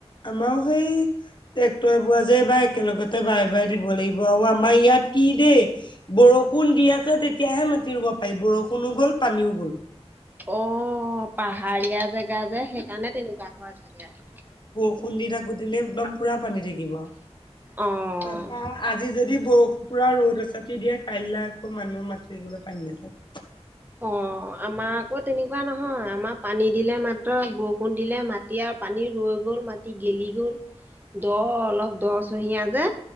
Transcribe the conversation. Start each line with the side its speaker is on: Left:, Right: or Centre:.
Left: আমাৰো সেই টেক্টৰে বোৱা যে এইবাৰ একেলগতে বাই বাই দিব লাগিব আৰু আমাৰ ইয়াত কি দেই বৰষুণ দি আছে তেতিয়াহে মাতি ৰুব পাৰি বৰষুণ ষোনো গ'ল পানীও গ'ল
Right: অ পাহাৰীয়া জেগা যে সেইকাৰণে তেনেকুৱা হয় চাগে।
Left: খুন্দি থাকোতেনে একদম পুৰা পানী থাকিব
Right: অ'।
Left: তাপা আজি যদি বৰ পুৰা ৰ'দ এচাতি দিয়ে কাইলে আকৌ মানুহ মাতিবলৈ পানী নেপাওঁ
Right: অ আমাৰ আকৌ তেনেকুৱা নহয় আমাৰ পানী দিলে মাত্ৰ বৰষুণ দিলে মাটি আৰু পানী ৰৈ গ'ল মাটি গেলি গ'ল। দ অলপ দ চহিয়া যে